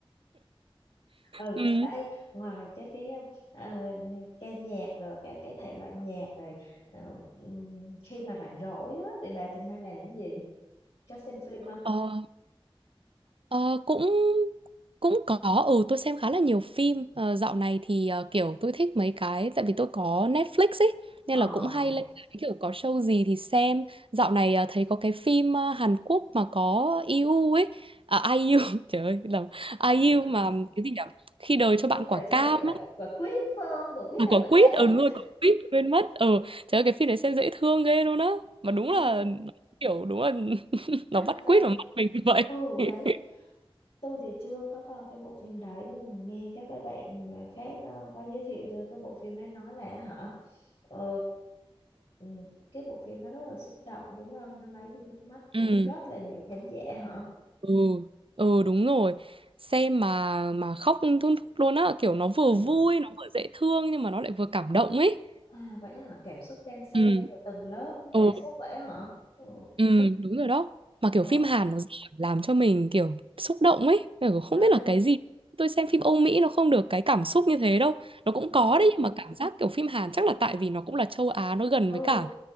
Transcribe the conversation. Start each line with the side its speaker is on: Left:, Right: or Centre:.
Left: ừ
Right: ừ.
Left: ấy ngoài cái cái ờ, ca nhạc rồi các cái thể loại nhạc rồi ờ, ừm, khi mà rảnh rỗi á thì bà thường hay làm cái gì có xem phim không
Right: Ờ, ờ, cũng cũng có ừ tôi xem khá là nhiều phim Ờ, dạo này thì ờ, kiểu tôi thích mấy cái tại vì tôi có Netflix ấy nên
Left: ờ
Right: là cũng hay lên cái kiểu có show gì thì xem dạo này ờ, thấy có cái phim ờ, Hàn Quốc mà có IU ấy à, ai IU <laughs> trời ơi là ai IU
Left: ừ.
Right: mà cái gì nhỉ khi đời cho bạn
Left: khi
Right: quả
Left: đời cho
Right: cam
Left: bạn quả quả quýt phương, quả quýt
Right: À,
Left: hay
Right: có
Left: quả cam
Right: quýt
Left: <laughs>
Right: ừ đúng rồi có quýt quên mất ừ trời ơi cái phim này xem dễ thương ghê luôn á mà đúng
Left: ấy
Right: là kiểu đúng là <laughs>
Left: nó
Right: nó bắt
Left: làm sao
Right: quýt vào mắt mình như vậy
Left: ừ
Right: <laughs>
Left: đấy tôi thì chưa có coi cái bộ phim đấy nhưng mà nghe các cái bạn khác ờ, có giới thiệu cho cái bộ phim đấy nói là hả ờ, ừ, cái bộ phim nó rất là xúc động đúng không nó lấy đi nước mắt của
Right: ừ
Left: rất là nhiều khán giả hả
Right: ừ ừ đúng rồi xem mà mà khóc thun thút luôn á kiểu nó vừa
Left: ừ.
Right: vui nó vừa dễ thương nhưng mà nó lại vừa cảm động ấy
Left: à vậy hả cảm xúc đan xen
Right: ừ
Left: nhiều tầng lớp cảm
Right: ừ
Left: xúc vậy hả ừ.
Right: Ừ, đúng rồi đó. Mà kiểu
Left: ờ
Right: phim Hàn nó giỏi làm cho mình kiểu xúc động ấy. Kiểu không
Left: à,
Right: biết là cái gì. Tôi xem phim Âu Mỹ nó không được cái cảm xúc như thế đâu.
Left: ừ.
Right: Nó cũng có đấy nhưng mà cảm giác kiểu phim Hàn chắc là tại vì nó cũng là châu Á nó gần
Left: ừ
Right: với cả